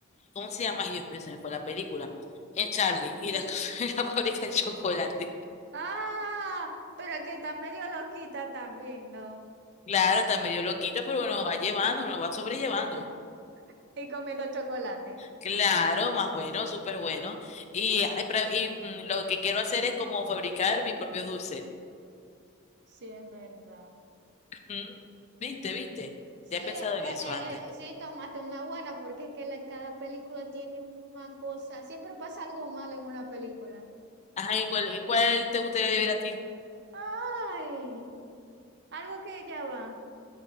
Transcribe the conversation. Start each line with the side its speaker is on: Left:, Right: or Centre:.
Left: ¿cómo se llama? Ay, Dios mío, se me fue la película. En Charlie y la, <laughs> la fábrica de chocolate.
Right: Ah, pero que está medio loquita también, ¿no?
Left: Claro, también yo lo quito, pero uno va llevando, uno va sobrellevando.
Right: <laughs> Y comiendo chocolate.
Left: Claro, más bueno, súper bueno. Y, ay, pra- y mm, lo que quiero hacer es como fabricar mi propio dulce.
Right: Sí, es verdad.
Left: Ujú. ¿Viste, viste?
Right: Sí,
Left: Ya
Right: eh,
Left: he pensado
Right: eh,
Left: en eso antes.
Right: eh, sí, tomaste una buena porque es que la- cada película tiene una cosa. Siempre pasa algo malo en una película.
Left: Ajá, ¿y cuál, cuál te gustaría vivir a ti
Right: Ay, algo que ya va.